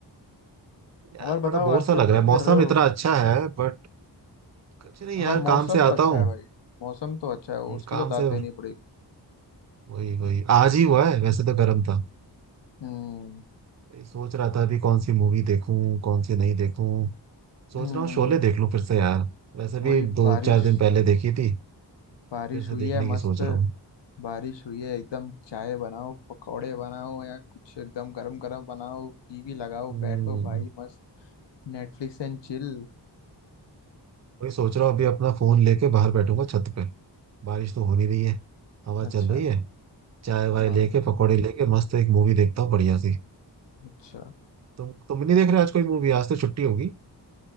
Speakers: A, on the right; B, on the left.
A: यार
B: और बताओ
A: बड़ा बोर
B: आजकल
A: सा लग रहा
B: क्या
A: है मौसम
B: कर रहे हो
A: इतना अच्छा है बट कुछ नहीं
B: हाँ
A: यार
B: मौसम
A: काम से
B: तो
A: आता
B: अच्छा
A: हूँ
B: है भाई मौसम तो अच्छा है उसकी
A: हम्म, काम
B: तो दाद
A: से
B: देनी पड़ेगी
A: वही वही आज ही हुआ है वैसे तो गर्म था
B: हम्म
A: वही सोच रहा था अभी कौन सी मूवी देखूं कौन सी नहीं देखूं सोच
B: हम्म,
A: रहा हूँ शोले देख लूं फिर से यार वैसे
B: वही
A: भी दो
B: बारिश
A: चार दिन पहले देखी थी
B: बारिश
A: फिर से
B: हुई
A: देखने
B: है मस्त
A: की सोच रहा हूँ
B: बारिश हुई है एकदम चाय बनाओ पकौड़े बनाओ या कुछ एकदम गरम गरम बनाओ टीवी लगाओ
A: हम्म,
B: बैठो भाई मस्त Netflix and chill
A: वही सोच रहा हूँ अभी अपना फोन लेके बाहर बैठूंगा छत पे बारिश तो हो नहीं रही है हवा
B: अच्छा
A: चल रही है चाय वाय
B: हाँ
A: लेके पकौड़े लेके मस्त एक मूवी देखता हूँ बढ़िया सी
B: अच्छा
A: तुम तुम नहीं देख रहे आज कोई मूवी आज तो छुट्टी होगी